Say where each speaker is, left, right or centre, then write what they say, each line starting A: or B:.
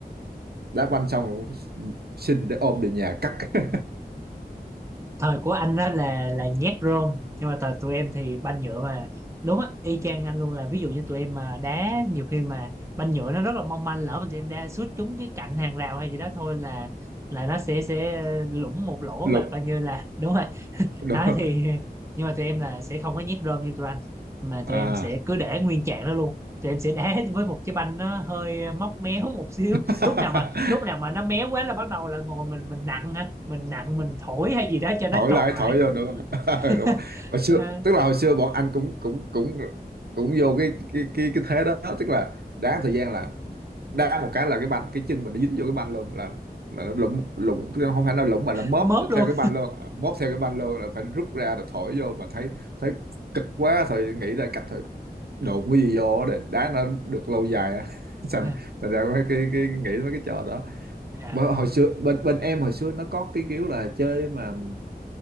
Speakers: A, on the right (about 70°); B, on the right (about 15°).
A: đá banh xong rồi xin để ôm về nhà cắt <laughs>
B: thời của anh đó là là nhét rôm nhưng mà thời tụi em thì banh nhựa mà đúng á y chang anh luôn là ví dụ như tụi em mà đá nhiều khi mà banh nhựa nó rất là mong manh lỡ mà tụi em đá sút trúng cái cạnh hàng rào hay gì đó thôi là là nó sẽ sẽ lủng một lỗ
A: lục
B: và coi như là đúng rồi
A: đúng
B: đó
A: rồi.
B: thì nhưng mà tụi em là sẽ không có nhét rơm như tụi anh mà
A: à
B: tụi em sẽ cứ để nguyên trạng đó luôn tụi em sẽ đá <laughs> với một cái banh nó hơi ờ, móc méo <laughs> một xíu
A: <laughs>
B: lúc nào mà lúc nào mà nó méo quá là bắt đầu là ngồi mình mình nặng ha mình nặng mình thổi hay gì đó cho nó
A: thổi
B: tròn
A: lại
B: lại
A: thổi vô đúng rồi.
B: <laughs>
A: <laughs> đúng rồi. hồi xưa
B: à,
A: tức là hồi xưa bọn anh cũng cũng cũng cũng vô cái cái cái cái thế đó tức là đá thời gian là đá một cái là cái banh cái chân mình nó dính vô cái banh luôn là là nó lủng lủng tức là không phải nó lủng mà nó móp
B: mớp luôn
A: theo cái banh luôn móp theo cái banh luôn là phải rút ra rồi thổi vô mà thấy thấy cực quá thôi nghĩ ra cách thôi đụng cái gì vô để đá nó được lâu dài á <laughs> thành
B: <laughs>
A: thành ra mấy cái cái nghĩ mấy cái trò đó
B: Dạ.
A: Bờ- hồi xưa bên bên em hồi xưa nó có cái kiểu là chơi mà